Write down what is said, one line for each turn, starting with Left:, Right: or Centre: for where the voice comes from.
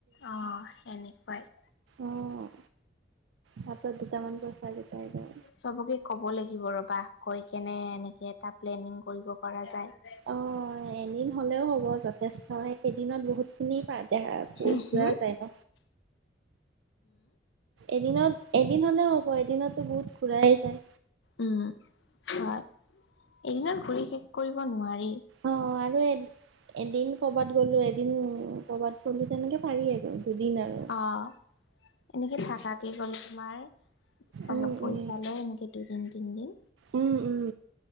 Left: অঁ এনেকুৱাই।
Right: অঁ হাতত দুটামান পইচা গেইটাই লৈ।
Left: চবকে ক'ব লাগিব ৰ'বা, কৈ কেনে এনেকৈ এটা প্লেনিং কৰিব পৰা যায়।
Right: অ'। এদিন হ'লেও হ'ব যথেষ্ট এদিনত বহুতখিনি পা দেখা
Left: হু হু?
Right: ঘূৰা
Left: <inaudible>
Right: যায় ন এদিনত এদিন হ'লেই হ'ব এদিনতো বহুত ঘূৰাই যায়।
Left: উম, হয়। এদিনত ঘূৰি শেষ কৰিব নোৱাৰি।
Right: অ' আৰু এ এদিন ক'ৰবাত গ'লো এদিন ক'ৰবাত গ'লো, তেনেকে পাৰি আৰু দুদিন আৰু।
Left: অ' এনেকে থাকাকে গ'লে তোমাৰ
Right: উম
Left: অলপ পইচা
Right: উম
Left: ভালে এনেকে দুইদিন তিনদিন।
Right: উম উম